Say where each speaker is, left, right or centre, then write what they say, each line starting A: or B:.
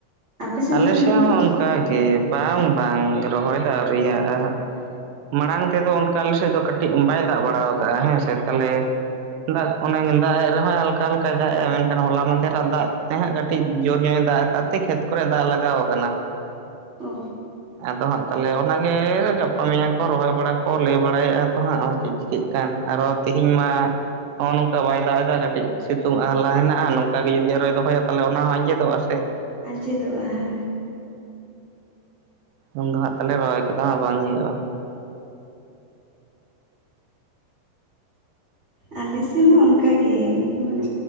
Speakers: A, on the right (about 30°); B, on the right (about 80°).
A: ᱟᱯᱮ ᱥᱮᱱ
B: ᱟᱞᱮ
A: ᱫᱚ ᱨᱚᱦᱚᱭ
B: ᱥᱮᱫ
A: ᱦᱩᱭᱩᱜ
B: ᱦᱚᱸ
A: ᱠᱟᱱᱟ
B: ᱚᱱᱠᱟᱜᱮ ᱵᱟᱝ ᱵᱟᱝ ᱨᱚᱦᱚᱭ ᱫᱚ ᱟᱣᱹᱨᱤᱭᱟᱜ ᱟ ᱦᱟᱜ ᱢᱟᱲᱟᱝ ᱛᱮᱫᱚ ᱚᱱᱠᱟ ᱟᱞᱮ ᱥᱮᱫ ᱫᱚ ᱠᱟᱹᱴᱤᱡ ᱵᱟᱭ ᱫᱟᱜ ᱵᱟᱲᱟ ᱠᱟᱜᱼᱟ ᱦᱮᱸ ᱥᱮ ᱛᱟᱦᱚᱞᱮ ᱫᱟᱜ ᱚᱱᱮ ᱫᱟᱜ ᱮᱫ ᱨᱮᱦᱚᱸ ᱦᱟᱞᱠᱟ ᱦᱟᱞᱠᱟᱭ ᱫᱟᱜ ᱮᱜᱼᱟ ᱢᱮᱱᱠᱷᱟᱱ ᱦᱚᱞᱟ ᱢᱟᱫᱷᱮᱨᱟᱜ ᱫᱟᱜ ᱛᱮ ᱦᱟᱸᱜ ᱠᱟᱹᱴᱤᱡ ᱡᱳᱨ ᱧᱚᱜ ᱫᱟᱜ ᱟᱠᱟᱫ ᱛᱮ ᱠᱷᱮᱛ ᱠᱚᱨᱮ ᱫᱟᱜ ᱞᱟᱜᱟᱣ ᱠᱟᱱᱟ
A: ᱚ
B: ᱟᱫᱚ ᱦᱟᱸᱜ ᱛᱟᱦᱚᱞᱮ ᱚᱱᱟᱜᱮ ᱜᱟᱯᱟ ᱢᱮᱭᱟᱝ ᱠᱚ ᱨᱚᱦᱚᱭ ᱵᱟᱲᱟ ᱠᱚ ᱞᱟᱹᱭ ᱵᱟᱲᱟᱭᱮᱫᱼᱟ ᱛᱚ ᱦᱟᱸᱜ ᱪᱮᱫ ᱪᱮᱠᱟᱜ ᱴᱤᱠᱟᱹᱜ ᱠᱟᱱ ᱟᱨᱚ ᱛᱮᱦᱮᱧ ᱢᱟ ᱦᱚᱸᱜᱼ ᱱᱚᱝᱠᱟ ᱵᱟᱭ ᱫᱟᱜ ᱮᱫᱟ ᱠᱟᱹᱴᱤᱡ ᱥᱤᱛᱩᱝ ᱟᱦᱞᱟ ᱦᱮᱱᱟᱜᱼᱟ ᱱᱚᱝᱠᱟ ᱜᱮ ᱡᱩᱫᱤ ᱟᱨᱚᱭ ᱫᱚᱦᱚᱭᱟ ᱛᱟᱦᱚᱞᱮ ᱚᱱᱟ ᱦᱚᱸ ᱟᱸᱡᱮᱫᱚᱜᱼᱟ ᱥᱮ
A: ᱟᱸᱡᱮᱫᱚᱜᱼᱟ ᱦᱮ
B: ᱩᱱ ᱫᱚ ᱦᱟᱸᱜ ᱛᱟᱞᱚᱞᱮ ᱨᱚᱦᱚᱭ ᱠᱚᱫᱚ ᱦᱟᱸᱜ ᱵᱟᱝ ᱦᱩᱭᱩᱜᱼᱟ
A: ᱟᱞᱮ ᱥᱮᱱ ᱦᱚᱸ ᱚᱱᱠᱟᱜᱮ ᱢᱟᱱᱮ